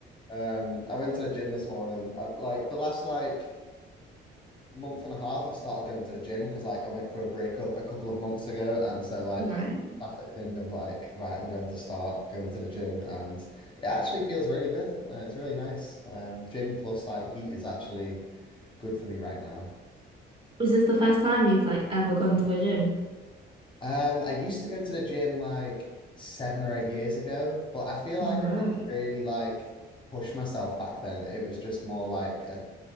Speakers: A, on the left (about 25°); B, on the right (about 25°).
A: Um, I went to the gym this morning. I've like the last like. month and a half, I've started going to the gym because like I went through a breakup a couple of months ago, and so like
B: right.
A: just classic thing of like, right, I'm going to start going to the gym, and it actually feels really good. Uh, it's really nice. Um, gym plus like heat is actually good for me right now.
B: Was this the first time you've like ever gone to a gym?
A: Um, I used to go to the gym like seven or eight years ago, but I feel like
B: Right.
A: I didn't really like push myself back then. It was just more like a,